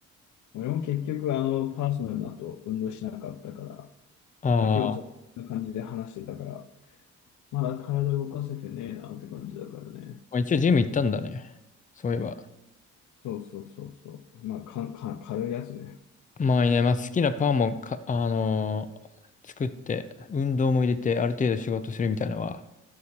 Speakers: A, on the left; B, on the left.
A: 俺も結局、あの、パーソナルの後、運動しなかったから、
B: ああ、
A: で、今日ずっとこんな感じで話してたから、まだ体動かせてねえなって感じだからね。
B: まあ、一応ジム行ったんだね。そういえば。
A: そうそうそうそう。まあ、かん、かん、軽いやつね。
B: まあね、まあ好きなパンもか、あのー作って、運動も入れて、ある程度仕事するみたいなのは、